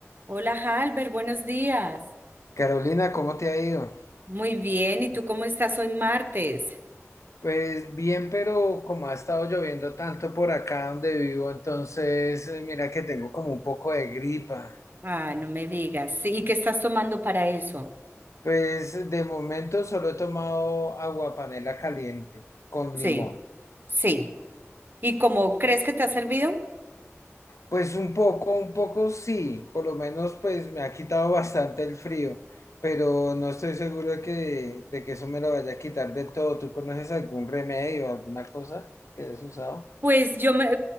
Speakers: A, on the right; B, on the left.
A: Hola, Halber, buenos días.
B: Carolina, ¿cómo te ha ido?
A: Muy bien, ¿y tú cómo estás hoy martes?
B: Pues bien, pero como ha estado lloviendo tanto por acá donde vivo, entonces eh, mira que tengo como un poco de gripa.
A: Ah, no me digas. Sí, ¿Y qué estás tomando para eso?
B: Pues de momento solo he tomado agua panela caliente con
A: Sí,
B: limón.
A: sí. ¿Y cómo crees que te ha servido?
B: Pues un poco, un poco sí, por lo menos pues me ha quitado bastante el frío, pero no estoy seguro de que, de que eso me lo vaya a quitar del todo. ¿Tú conoces algún remedio, alguna cosa que hayas usado?
A: Pues yo me,